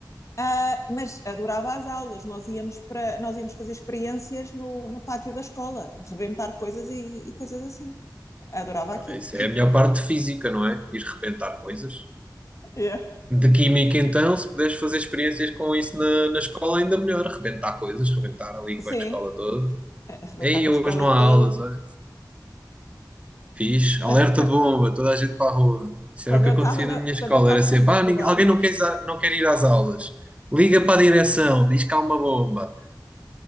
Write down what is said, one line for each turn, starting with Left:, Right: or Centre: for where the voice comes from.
Left: ah, mas adorava as aulas. Nós íamos para, nós íamos fazer experiências no, no pátio da escola, rebentar coisas e, e coisas assim. Adorava aquilo.
Right: Isso é a melhor parte física, não é? Ir rebentar coisas.
Left: Yeah.
Right: De química, então, se puderes fazer experiências com isso na, na escola, ainda melhor. Rebentar coisas, rebentar ali com
Left: Sim,
Right: a escola toda.
Left: a arrebentar
Right: Ei,
Left: com
Right: hoje
Left: a escola
Right: não há
Left: toda.
Right: aulas, olha. Fiz
Left: Quando,
Right: alerta
Left: quando,
Right: de bomba, toda a gente para a rua. Isso
Left: quando
Right: era o que
Left: eu
Right: acontecia
Left: estava na,
Right: na minha escola.
Left: quando eu estava
Right: Era sempre,
Left: na faculdade,
Right: ah, ninguém- alguém não quer, is- não quer ir às aulas. Liga para a direção, diz que há uma bomba.